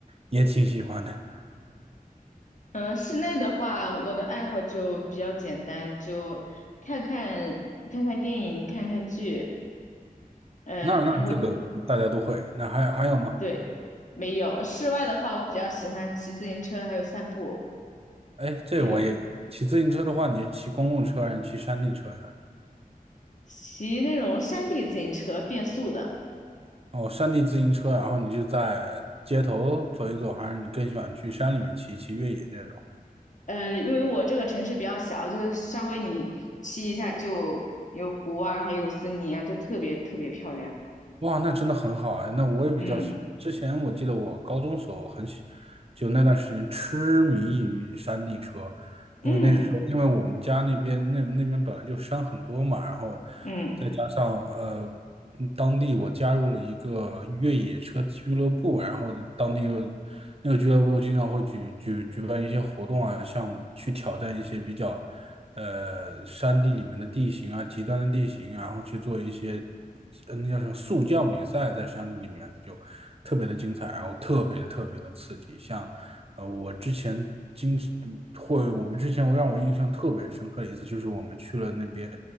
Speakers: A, on the right; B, on the left.
A: 也挺喜欢的。
B: 嗯，呃室内的话，我的爱好就比较简单，就看看看看电影，看看剧，呃，
A: 那那这个大家都会。
B: 然后
A: 那还有还有吗？
B: 对，没有。室外的话，我比较喜欢骑自行车，还有散步，
A: 哎，这我也有。
B: 还有
A: 骑自行车的话，你是骑公路车还是骑山地车呀？
B: 骑那种山地自行车，变速的。
A: 哦，山地自行车，然后你就在街头走一走，还是你更喜欢去山里面骑一骑越野这种？
B: 呃，因为我这个城市比较小，就是稍微你骑一下就有湖啊，还有森林啊，就特别特别漂亮。
A: 哇，那真的很好啊！那我也比较喜欢，
B: 嗯。
A: 之前我记得我高中时候很喜，就那段时间痴迷于山地车，
B: 嗯
A: 因为那时候因为我们家那边那那边本来就山很多嘛，然后
B: 嗯
A: 再加上呃，嗯当地我加入了一个越野车俱乐部，然后当地有那个俱乐部经常会举举举办一些活动啊，像去挑战一些比较呃山地里面的地形啊，极端的地形，然后去做一些呃那叫什么速降比赛，在山里面的就特别的精彩，然后特别特别的刺激，像。呃，我之前经会，我们之前让我印象特别深刻的一次，就是我们去了那边